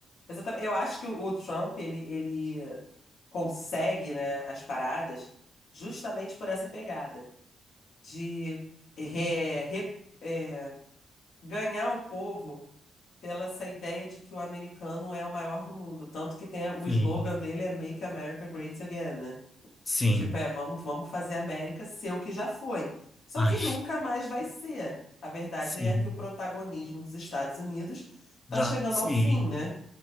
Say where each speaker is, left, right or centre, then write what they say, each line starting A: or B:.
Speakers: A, on the left; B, on the left.
A: Exatamente. Eu acho que o o Trump, ele, ele consegue, né, as paradas justamente por essa pegada de re- re- é, ganhar o povo pela essa ideia de que o americano é o maior do mundo. Tanto que tem o
B: sim,
A: slogan dele é Make America Great Again, né?
B: sim,
A: Tipo, é, vamos, vamos fazer a América ser o que já foi. Só
B: ai,
A: que nunca mais vai ser. A verdade
B: sim,
A: é que o protagonismo dos Estados Unidos está
B: já,
A: chegando
B: sim,
A: ao fim, né?